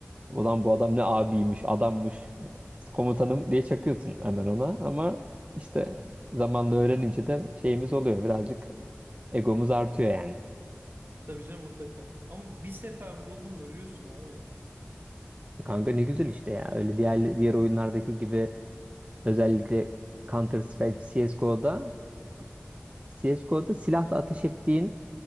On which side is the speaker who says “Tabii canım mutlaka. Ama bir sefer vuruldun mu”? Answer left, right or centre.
Right